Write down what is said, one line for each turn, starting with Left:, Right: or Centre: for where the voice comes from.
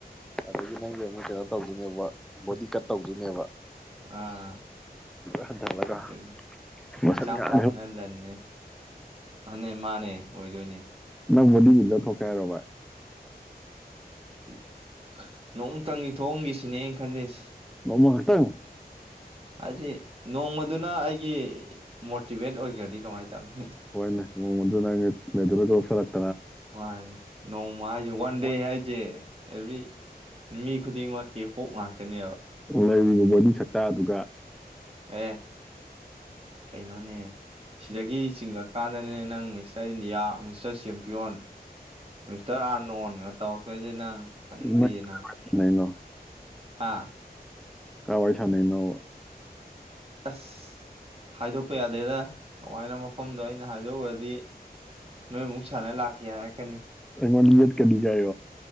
Centre: ꯑꯗꯒꯤ ꯅꯪꯒꯤ ꯑꯃꯨꯛ ꯀꯩꯅꯣ ꯇꯧꯗꯨꯏꯅꯦꯕ ꯕꯣꯗꯤ ꯀꯠ ꯇꯧꯗꯨꯏꯅꯦꯕ꯫
Right: ꯑꯥ,
Centre: ꯍꯟꯊꯍꯜꯂꯒ
Right: ꯑꯗꯨ
Centre: ꯃꯁꯟ
Right: ꯍꯛꯆꯥꯡ
Centre: ꯉꯥꯛ
Right: ꯐꯕꯅ ꯂꯟꯅꯦ, ꯃꯥꯅ ꯃꯥꯅꯦ ꯑꯣꯏꯗꯣꯏꯅꯦ꯫
Centre: ꯅꯪ ꯕꯣꯗꯤ ꯕꯤꯜꯗꯔ ꯊꯣꯛꯀꯦ ꯍꯥꯢꯔꯣ ꯚꯥꯏ?
Right: ꯎꯝ <inaudible> ꯅꯣꯡꯇꯪꯒꯤ ꯊꯣꯡꯑꯝꯒꯦ ꯁꯤꯅꯦ ꯑꯩ ꯈꯜꯂꯤꯁ꯫
Centre: ꯅꯣꯡꯃ ꯈꯛꯇꯪ
Right: ꯍꯥꯏꯗꯤ ꯅꯣꯡꯃꯗꯨꯅ ꯑꯩꯒꯤ ꯃꯣꯔꯇꯤꯚꯦꯠ ꯑꯣꯏꯒ꯭ꯔꯗꯤ ꯀꯃꯥꯏ ꯇꯧꯅꯤ
Centre: ꯍꯣꯢꯅꯦ <unintelligible> <unintelligible>
Right: ꯃꯥꯅꯦ ꯅꯣꯡꯃ ꯍꯥꯏꯖꯦ ꯋꯥꯟꯗꯦ
Centre: ꯋꯥꯟ
Right: ꯍꯥꯏꯖꯦ꯫ ꯑꯦꯕ꯭ꯔꯤ ꯃꯤ ꯈꯨꯗꯤꯡꯃꯛꯀꯤ ꯍꯣꯛ ꯉꯥꯛꯇꯅꯦꯕ
Centre: ꯂꯩꯔꯤꯕ ꯃꯕꯣꯏꯅꯤ ꯁꯛꯇ ꯑꯗꯨꯒ
Right: ꯑꯦ ꯀꯩꯅꯣꯅꯦ ꯁꯤꯗꯒꯤ ꯆꯤꯡꯉꯛꯀꯥꯟꯗꯅꯦ ꯅꯪ ꯃꯤꯁꯇꯔ ꯏꯟꯗꯤꯌꯥ ꯃꯤꯁꯇꯔꯞ ꯄꯤꯌꯣꯟ ꯃꯤꯁꯇꯔ ꯑꯥꯔꯅꯣꯟꯒ ꯇꯧꯔꯈꯣꯏꯁꯦ ꯅꯪ ꯈꯪꯗ꯭ꯔꯤꯑꯅ
Centre: ꯅꯪ ꯁꯥꯟꯅꯩꯅꯣ
Right: ꯍꯥꯥ
Centre: ꯀꯋꯥꯁꯅꯦꯅ
Right: ꯑꯦꯁ ꯍꯥꯏꯥꯏꯗ ꯀꯛꯄ ꯌꯥꯗꯦꯗ ꯀꯃꯥꯏꯅ ꯃꯐꯝꯗꯣ ꯑꯩꯅ ꯍꯥꯏꯗꯣꯛꯎꯔꯗꯤ ꯅꯣꯏ ꯑꯃꯨꯛ ꯁꯥꯟꯅ ꯂꯥꯛꯀꯦ ꯍꯥꯏꯔꯛꯀꯅꯤ
Centre: ꯃꯖꯤꯠ ꯀꯗꯤꯒꯏ